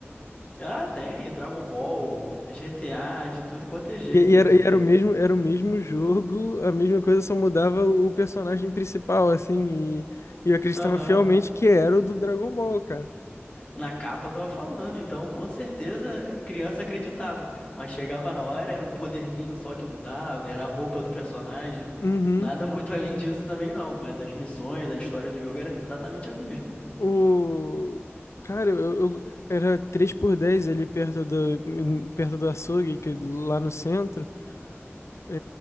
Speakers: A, on the left; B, on the left.
A: Ah, tem Dragon Ball, GTA, de tudo quanto é jeito.
B: E, e era,
A: É.
B: e era o mesmo, era o mesmo jogo, a mesma coisa, só mudava o personagem principal, assim, e, e eu acreditava
A: Aham.
B: fielmente que era o do Dragon Ball, cara.
A: Na capa eu tava falando, então com certeza a criança acreditava. Mas chegava na hora, era um poderzinho só que mudava, era a roupa do personagem.
B: Uhum.
A: Nada <laughs> muito além disso também não, mas as missões, a história do jogo era exatamente a mesma.
B: O... Cara, eu, eu- era três por dez, ali perto do, hum, perto do açougue, que, lá no centro. É,